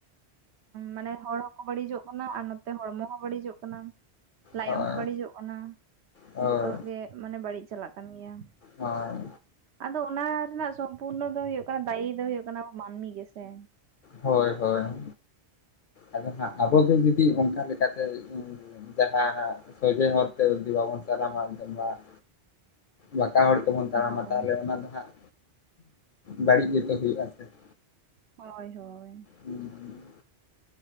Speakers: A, on the right (about 85°); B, on the left (about 60°).
A: ᱢᱟᱱᱮ ᱦᱚᱲ ᱦᱚᱸᱠᱚ ᱵᱟᱹᱲᱤᱡᱚᱜ ᱠᱟᱱᱟ ᱟᱨ ᱱᱚᱛᱮ ᱦᱚᱲᱢᱚ ᱦᱚᱸ ᱵᱟᱹᱲᱤᱡᱚᱜ ᱠᱟᱱᱟ ᱞᱟᱭᱚᱝ
B: ᱦᱳᱭ
A: ᱦᱚᱸ ᱵᱟᱹᱲᱤᱡᱚᱜ ᱠᱟᱱᱟ ᱾
B: ᱦᱳᱭ
A: ᱡᱚᱛᱚ ᱜᱮ ᱢᱟᱱᱮ ᱵᱟᱹᱲᱤᱡ ᱪᱟᱞᱟᱜ ᱠᱟᱱ ᱜᱮᱭᱟ
B: ᱦᱳᱭ
A: ᱟᱫᱚ ᱚᱱᱟ ᱨᱮᱱᱟᱜ ᱼᱼ ᱥᱚᱢᱯᱩᱨᱱᱚ ᱫᱚ ᱦᱩᱭᱩᱜ ᱠᱟᱱᱟ ᱫᱟᱭᱤ ᱫᱚ ᱦᱚᱭᱩᱜ ᱠᱟᱱᱟ ᱟᱵᱚ ᱢᱟᱹᱱᱢᱤ ᱜᱮ ᱥᱮ ᱾
B: ᱦᱳᱭ ᱦᱳᱭ ᱾ ᱟᱫᱚ ᱦᱟᱜ ᱟᱵᱚ ᱜᱮ ᱡᱩᱫᱤ ᱚᱱᱠᱟ ᱞᱮᱠᱟᱛᱮ ᱡᱟᱦᱟᱸ ᱦᱟᱸᱜ ᱼᱼ ᱥᱚᱡᱮ ᱦᱚᱨᱛᱮ ᱡᱩᱫᱤ ᱵᱟᱵᱚᱱ ᱛᱟᱲᱟᱢᱟ <unintelligible> ᱵᱟᱠᱟ ᱦᱚᱲ ᱛᱮ ᱵᱚᱱ ᱛᱟᱲᱟᱢᱟ
A: ᱦᱳᱭ
B: ᱛᱟᱦᱚᱞᱮ ᱚᱱᱟ ᱫᱚ ᱦᱟᱸᱜᱼᱼ ᱵᱟᱹᱲᱤᱡ ᱜᱮ ᱛᱚ ᱦᱩᱭᱩᱜᱼᱟ ᱥᱮ ᱾
A: ᱦᱳᱭ ᱦᱳᱭ ᱾
B: ᱦᱩᱸᱻ